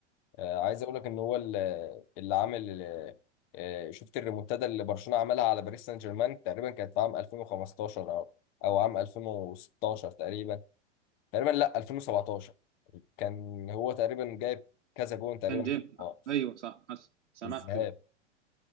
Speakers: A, on the left (about 45°); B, on the right (about 85°).
A: آه عايز أقول لك إن هو اللي, اللي عامل آه شفت الريمونتادا اللي برشلونة عملها على باريس سان جيرمان تقريبا كانت في عام 2015 أو أو عام 2016 تقريبا تقريبا لا 2017 كان هو تقريبا جايب كذا جون تقريبا
B: كان جيم
A: في القاع.
B: ايوه صح حس- سمعته
A: الذهاب
B: ايه